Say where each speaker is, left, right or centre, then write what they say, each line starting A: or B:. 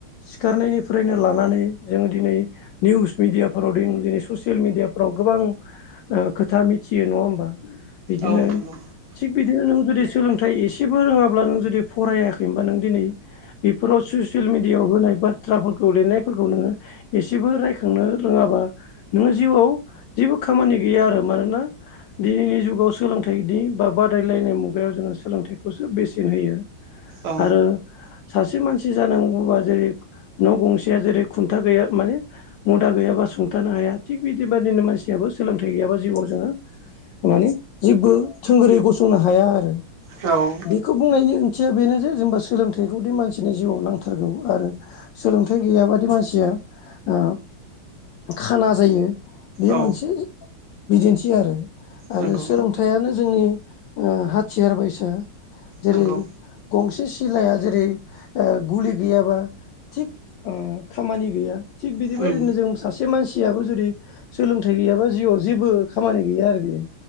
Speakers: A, on the left; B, on the right.
A: सिखारनायनिफ्रायनो लानानै जों दिनै निउस मिडियाफोराव द दिनै ससियेल मिडियाफ्राव गोबां खोथा मिथियो नङा होमबा बिदिनो
B: औ नंगौ
A: थिग बिदिनो नों जुदि सोलोंथाइ एसेबो रोङाब्ला नों जुदि फरायाखैनोबा नों दिनै बेफोराव ससियेल मिेडियाआव होनाय बाथ्राफोरखौ लिरनायफोरखौ नोङो एसेबो रायखांनो रोङाबा नोङो जिउआव जेबो खामानि गैया आरो मानोना दिनैनि जुगाव सोलोंथाइनि बा बादायलायनाय मुगायाव जोङो सोलोंथाइखौसो बेसेन होयो आरो
B: औ
A: सासे मानसि जानांगौबा जेरै न' गंसेया जेरै खुन्था गैया माने मुदा गैयाबा सुंथानो हाया, थिग बिदिबादिनो मानसि जाब सोलोंथाइ गैयाबा जिउआव जोङो माने जेबो थोंगोरै गसंनो हाया आरो।
B: औ।
A: बेखौ बुंनायनि ओंथिया बेनो जे जेनबा सोलोंथाइखौदि मानसिनि जिउआव नांथारगौ । आरो सोलोंथाइ गैयाबादि मानसिया
B: <inaudible>
A: ओ खाना जायो बे
B: औ
A: मोनसे बिदिन्थि आरो। आरो
B: नंगौ
A: सोलोंथाइानो जोंनि ओ हाथियार बायसा जेरै-
B: नंगौ
A: गंसे सिलाया, जेरै- ओ गुलि गैयाबा थिग ओम खामानि गैया, थिग बिदि बादिनो
B: उम
A: जों सासे मानसियाबो जुदि सोलों थाइ गैयाबा जिउआव जेबो खामानि गैया आरो बियो,